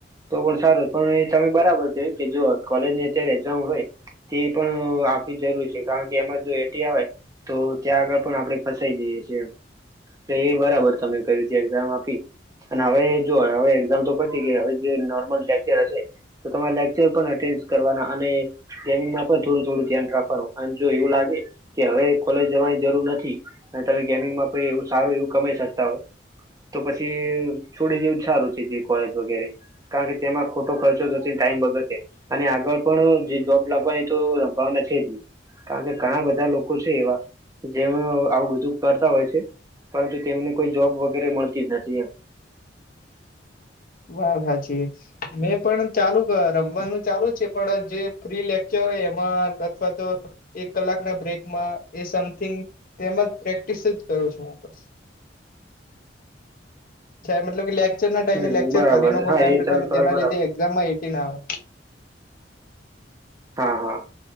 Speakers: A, on the right; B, on the left.
A: તો પણ સારું પણ એ તમે બરાબર કયું કે જો કોલેજ ની અત્યારે એક્ઝામ હોય તે પણ આપવી જરૂર છે કારણ કે એમાં જો એટી આવે તો ત્યાં આગળ પણ આપણે ફસાઈ જઈએ છીએ બરાબર તમે કય્યું છે એક્ઝામ આપી અને હવે જો હવે એક્ઝામ તો પતી ગયે હવે જે નોર્મલ લેક્ચર હશે તો તમારે લેક્ચર પણ એટેન્ડ કરવાના અને ગેમિંગમાં પણ થોડું થોડું ધ્યાન રાખવાનું અને જો એવું લાગે કે હવે કોલેજ જવાની જરૂર નથી. અને તમે ગેમિંગમાં પણ એવું સારું એવું કમાઈ શકતા હોય. તો પછી છોડી દવું જ સારું છે, જે કોલેજ વગેરે કારણ કે તેમાં ખોટો ખર્ચ ટાઈમ બગડશે, અને આગળ પણ જોબ લાગવાની તો સંભાવના છે જ નહી. કારણ કે ઘણા બધા લોકો છે એવા જેમ આવું બધું કરતા હોય છે. પરંતુ તેમને કોઈ જોબ વગેરે મળતી જ નથી એમ
B: વાત હાચી મેં પણ ચાલુ રમવાનું ચાલુ છે પણ જે ફ્રી લેક્ચર હોય એમાં અથવા તો એક કલાક ના બ્રેકમાં એ સમથિંગ તેમજ પ્રેક્ટિસ જ કરું છું હું બસ મતલબ કે લેક્ચર ના ટાઈમે
A: હમ
B: લેક્ચર
A: બરાબર
B: ફરી નાખો
A: હા
B: ટાઈમ
A: એ
B: ટુ
A: તમે
B: ટાઈમ
A: કરો
B: તેના
A: એ બરાબર
B: લીે એક્ઝામમાં એટી ના આવે
A: હા હા